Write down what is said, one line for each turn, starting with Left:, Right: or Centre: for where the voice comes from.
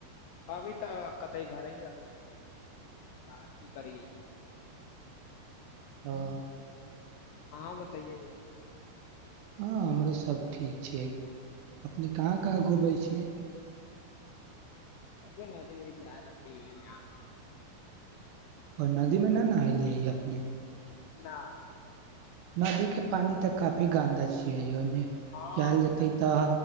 Left: अभी तऽ कते घरे ही रहै हथिन बाहर की करियै
Right: हँ
Left: हँ बताइए यौ
Right: हँ हमरो सभ ठीक छियै अपने कहाँ कहाँ घुमै छियै
Left: अगे नेथस आल तीन महिने आ
Right: ओ नदीमे न नाय ले ह अपने
Left: नहि
Right: नदी के पानी तक काफी गन्द छियै इहोमे
Left: हँ
Right: कल
Left: अभी
Right: जेतै
Left: गा
Right: तऽ